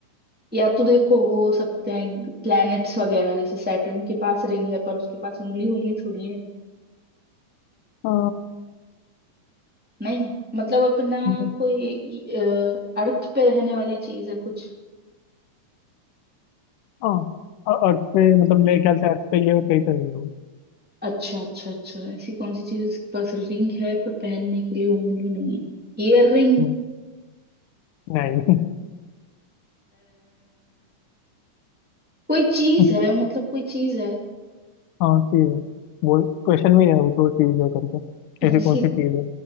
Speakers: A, in the centre; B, on the left.
A: या तो देखो वो हो सकते हैं प्लैनेट्स वगैरह जैसे सैटर्न के पास रिंग है पर उसके पास उंगली उंगली थोड़ी है
B: आ,
A: नहीं मतलब अपना
B: नहीं
A: कोई अर्थ पे रहने वाली चीज है कुछ
B: हाँ अर्थ पे मतलब मेरे ख्याल से अर्थ पे ये कहीं तो नहीं हो
A: अच्छा अच्छा अच्छा ऐसी कौन सी चीज है जिसके पास रिंग है पर पहनने के लिए उंगली नहीं है Earring
B: हम्म, नहीं
A: कोई चीज
B: <laughs>
A: है मतलब कोई चीज है
B: हाँ चीज है बोल क्वेश्चन में ही है वो तो चीज है करके ऐसी
A: ऐसी
B: कौन सी चीज है